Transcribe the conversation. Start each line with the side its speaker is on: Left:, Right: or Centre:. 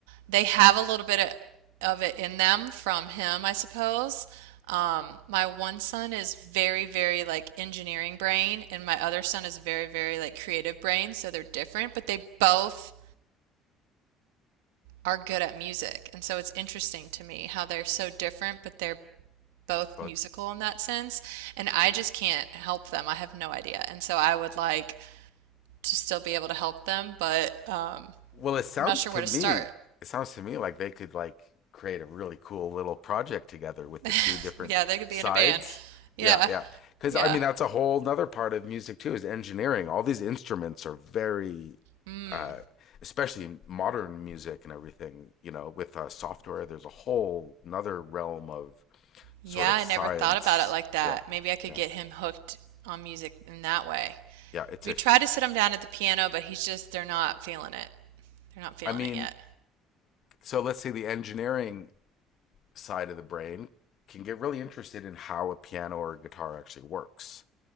Right: they have a little bit of, of it in them from him, I suppose. Um, my one son is very, very like engineering brain, and my other son is very, very like creative brain. So they're different, but they both are good at music. And so it's interesting to me how they're so different, but they're both
Left: both.
Right: musical in that sense, and I just can't help them. I have no idea. And so I would like to still be able to help them, but um,
Left: Well, it sounds
Right: I'm not sure
Left: to
Right: where
Left: me,
Right: to start.
Left: it sounds to me like they could like create a really cool little project together with
Right: <laughs>
Left: the two different
Right: Yeah, they could
Left: sides.
Right: be in a band. Yeah,
Left: Yeah, yeah. Because
Right: yeah.
Left: I mean, that's a whole nother part of music too, is engineering. All these instruments are very,
Right: Mm.
Left: uh, especially in modern music and everything. You know, with uh, software, there's a whole nother realm of sort
Right: Yeah,
Left: of
Right: I
Left: science.
Right: never thought about it like that.
Left: Yeah,
Right: Maybe I could
Left: yeah,
Right: get him hooked on music in that way.
Left: yeah. It's
Right: We
Left: a.
Right: tried to sit him down at the piano, but he's just, they're not feeling it. They're not feeling
Left: I mean,
Right: it yet.
Left: so let's say the engineering side of the brain can get really interested in how a piano or a guitar actually works